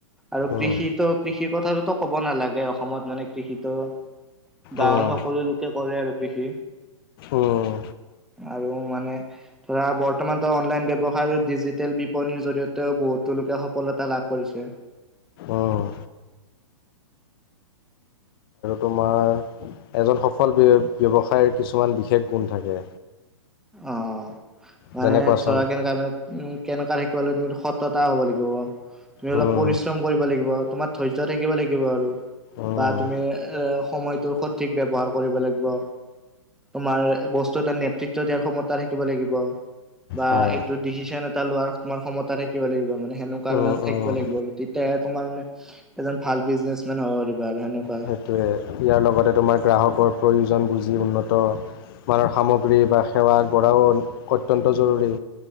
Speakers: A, in the centre; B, on the left (about 45°).
A: আৰু
B: উম,
A: কৃষিতো কৃষিৰ কথাটোতো ক'ব নালাগে অসমত মানে কৃষিটো। গাঁৱৰ
B: উম,
A: সকলো লোকে কৰে আৰু কৃষি।
B: উম,
A: আৰু মানে ধৰা বৰ্তমানো অনলাইন ব্য়ৱসায় ডিজিটেল বিপণীৰ জৰিয়তেও বহুত তেওঁলোকে সফলতা লাভ কৰিছে
B: আহ তোমাৰ এজন সফল ব্য ব্যৱসায়ৰ কিছুমান বিশেষ গুণ থাকে
A: অ মানে
B: যেনে কোৱাচোন
A: চৰা কেনেি উ কেনেকা থাকিব লাগ তুমি সতা হ'ব লাগিব তুমি অলপ
B: উম,
A: পৰিশ্ৰম কৰিব লাগিব তোমাৰ ধৰ্য থাকিব লাগিব আৰু
B: উম,
A: বা তুমি এ সময়টোৰ সঠিক ব্য্ৱহাৰ কৰিব লাগিব তোমাৰ বস্তু এটা নেতৃত্ব দিয়াৰ ক্ষমতা থাকিব লাগিব বা
B: হয়।
A: এইটো ডিচিচন এটা লোৱাৰ তোমাৰ ক্ষমতা থাকিব লাগিব মানে সেনেকুৱা
B: উম,
A: বিলাক থাকিব
B: উম,
A: লাগিব তেতিয়া তোমাৰ মানে এজন ভাল বিজনেচমেন হ'ব পাৰিবা আৰু সেনেকুৱা
B: সেইটোৱে ইয়াৰ লগতে তোমাৰ গ্ৰাহকৰ প্ৰয়োজন বুজি উন্নত মানুহৰ সামগ্ৰী বা সেৱা আগবঢ়াও অত্যন্ত জৰুৰী